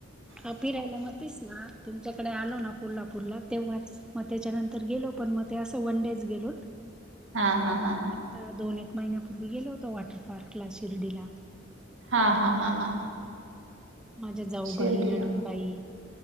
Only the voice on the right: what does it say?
हा हा हा हा.
हा हा हा हा.
शिर्डीला